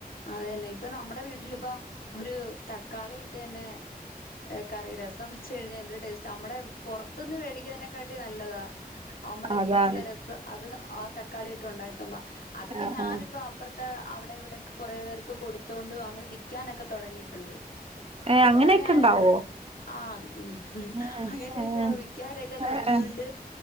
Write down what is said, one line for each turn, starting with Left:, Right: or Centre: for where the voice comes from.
Left: അതുതന്നെ ഇപ്പൊ നമ്മുടെ വീട്ടിലിപ്പൊ ഒരു തക്കാളി ഇട്ട് തന്നെ കറി രസം വെച്ച് കഴിഞ്ഞാ എന്തൊരു ടേസ്റ്റാ, നമ്മടെ പൊറത്തുന്ന് മേടിക്കുന്നതിനെക്കാട്ടി നല്ലതാ. നമ്മടെ
Right: അതാണ്
Left: വീട്ടിലെ രസ അത് ആഹ് തക്കാളിട്ടും ഒണ്ടാ അതിപ്പൊ
Right: ആഹ്
Left: ഞാനിപ്പ
Right: ആഹ്
Left: അപ്പുറത്തെ അവിടെ ഇവിടെയൊക്കെ കൊറേ പേർക്ക് കൊടുത്തു കൊണ്ട് അങ്ങനെ വി ക്കാനൊക്കെ തൊടങ്ങീട്ടുണ്ട്
Right: ഏഹ്
Left: ഇപ്പൊ
Right: അങ്ങനെയൊക്കെ
Left: തോന ആയപ്പം
Right: ഉണ്ടാവോ
Left: ആഹ് ഉം ഉം
Right: ഏഹ്
Left: അങ്ങനെയൊക്കെ
Right: ഏഹ്
Left: വിക്ക്യാനൊക്കെ തൊടങ്ങിയോണ്ട്
Right: ഏഹ്